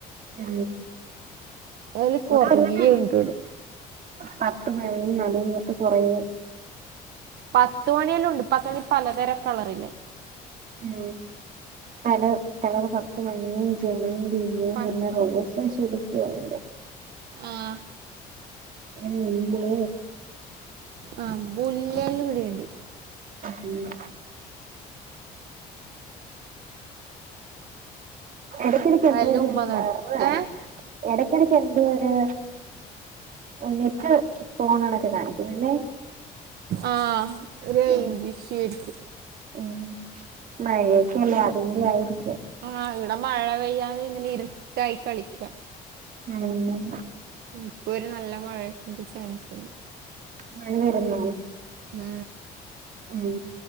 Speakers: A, on the right; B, on the right.
A: ഉ
B: അതില്
A: <unintelligible>
B: കൊറേ ഉണ്ട് ഇവിടെ
A: പത്ത് മഴ നലങ്ങക്ക് കൊറേ
B: പത്ത്മണിയെല്ലാം ഉണ്ട് പത്ത്മണി പലതരം കളറില്ല്.
A: ഉം തല തല പത്ത് മണി, ജമന്തി,
B: പ
A: പിന്നെ റോസ് ശരിക്കുംണ്ട്
B: ആഹ്
A: ഉല്ലേ
B: ആഹ് മുല്ലന്റെള്ളിണ്ട്
A: ഉം ഇടക്കിടക്ക്
B: അതെല്ലാം
A: എന്തോര്
B: ഉമ്മ നടും
A: എറർ
B: ഏഹ്
A: ഇടക്കിടക്ക് എന്തോരു നെറ്റ് ഫോണണൊക്കെ കാണിക്കുന്നത് ല്ലെ
B: ആ റൈഞ്ചു
A: ഉം
B: ഇഷ്യൂ ആയിരിക്കും
A: ഉം മഴയൊക്കെല്ലേ അതിന്റെ ആയിരിക്കും
B: ആ ഇവിടെ മഴ പെയ്യാതെ ഇങ്ങനെ ഇരുട്ടായി കളിക്ക
A: ഉം
B: ഇപ്പൊ ഒരു നല്ല മഴന്റെ ചാൻസ് ഇണ്ട്
A: മഴ വരുന്നോ
B: മ്
A: മ്